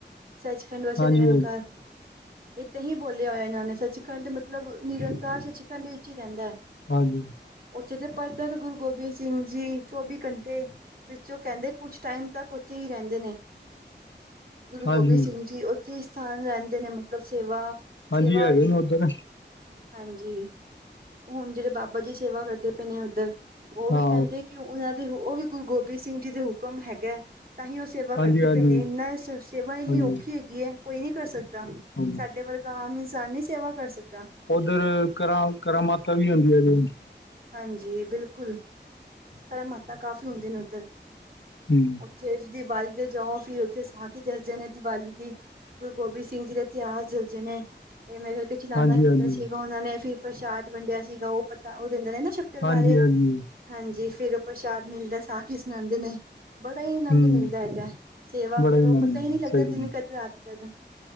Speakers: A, on the right (about 55°); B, on the left (about 80°).
A: ਸੱਚਖੰਡ ਵਸੇ
B: ਹਾਂਜੀ
A: ਨਿਰੰਕਾਰ ਇਹ ਤਾਹੀ ਬੋਲਿਆ ਹੋਇਆ ਇਹਨਾਂ ਨੇ ਸੱਚਖੰਡ ਮਤਲਬ ਨਿਰੰਕਾਰ ਸੱਚਖੰਡ ਵਿੱਚ ਈ ਰਹਿੰਦਾ।
B: ਹਾਂਜੀ,
A: ਉੱਥੇ ਤੇ ਪਰਤਕ ਗੁਰੂ ਗੋਬਿੰਦ ਸਿੰਘ ਜੀ ਚੌਵੀ ਘੰਟੇ ਤੇ ਵਿੱਚ ਉਹ ਕਹਿੰਦੇ ਕੁਛ ਟਾਈਮ ਤੱਕ ਉੱਥੇ ਹੀ ਰਹਿੰਦੇ ਨੇ। ਗੁਰੂ
B: ਹਾਂਜੀ,
A: ਗੋਬਿੰਦ ਸਿੰਘ ਜੀ ਉੱਥੇ ਈ ਸਥਾਨ ਰਹਿੰਦੇ ਨੇ ਮਤਲਬ ਸੇਵਾ
B: ਹਾਂਜੀ
A: ਸੇਵਾ
B: ਹੈਗੇ ਨੇ ਉੱਧਰ
A: ਹਾਂਜੀ ਹੁਣ ਜਿਹੜੇ ਬਾਬਾ ਜੀ ਸੇਵਾ ਕਰਦੇ ਪਏ ਨੇ ਉੱਧਰ ਉਹ
B: ਹਾਂ
A: ਵੀ ਕਹਿੰਦੇ ਕਿ ਉਹਨਾਂ ਦੇ ਉਹ ਵੀ ਗੁਰੂ ਗੋਬਿੰਦ ਸਿੰਘ ਜੀ ਦੇ ਹੁਕਮ ਹੈਗਾ ਤਾਹੀ ਉਸ ਸੇਵਾ
B: ਹਾਂਜੀ
A: ਕਰਦੇ
B: ਹਾਂਜੀ
A: ਪਏ ਨੇ ਇੰਨਾ ਸੇਵਾ ਇੰਨੀ
B: ਹਾਂਜੀ
A: ਔਖੀ ਹੈਗੀ ਐ ਕੋਈ ਨੀ ਕਰ ਸਕਦਾ।
B: ਹਾਂਜੀ
A: ਸਾਡੇ ਵਰਗਾ ਆਮ ਇਨਸਾਨ ਨੀ ਸੇਵਾ ਕਰ ਸਕਦਾ।
B: ਓਧਰ ਕਰਾ ਕਰਾ ਮਾਤਾ ਵੀ ਹੁੰਦੀਆ ਨੇ ਜੀ।
A: ਹਾਂਜੀ ਬਿਲਕੁਲ ਕਰਾਮਾਤਾ ਕਾਫ਼ੀ ਹੁੰਦਿਆ ਨੇ ਉੱਧਰ
B: ਹੂੰ,
A: <unintelligible> ਦੀਵਾਲੀ ਤੇ ਜਾਓ ਫੇਰ ਉੱਥੇ ਸਾਥੀ ਦੱਸਦੇ ਨੇ ਦੀਵਾਲੀ ਦੀ। ਗੁਰੂ ਗੋਬਿੰਦ ਸਿੰਘ ਜੀ ਦਾ ਇਤਿਹਾਸ ਦਸਦੇ ਨੇ ਇਹ ਮੇਰੇ ਚਲਾਨਾ
B: ਹਾਂਜੀ
A: ਕੀਤਾ
B: ਹਾਂਜੀ
A: ਸੀਗਾ ਉਹਨਾਂ ਨੇ ਫਿਰ ਪ੍ਰਸ਼ਾਦ ਵੰਡਿਆ ਸੀਗਾ ਉਹ ਪਤਾ ਉਹ ਦਿੰਦੇ ਨੇ ਨਾ ਸ਼ ਕਰਵਾ
B: ਹਾਂਜੀ
A: ਦੇ,
B: ਹਾਂਜੀ
A: ਹਾਂਜੀ ਫੇਰ ਉਹ ਪ੍ਰਸ਼ਾਦ ਮਿਲਦਾ ਸਾਖੀ ਈ ਸੁਣਾਦੇ ਨੇ। ਬੜਾ ਈ ਆਨੰਦ
B: ਹੂੰ
A: ਮਿਲਦਾ ਹੈਗਾ, ਸੇਵਾ
B: ਬੜਾ
A: ਕਰੋ
B: ਹੀ ਨਾਮ
A: ਪਤਾ
B: ਹੈਗਾ,
A: ਈ ਨੀ ਲੱਗਦਾ
B: ਸਹੀ ਗੱਲ
A: ਦਿਨ
B: ਹੈ,
A: ਕਦੇ ਰਾਤ ਕਦ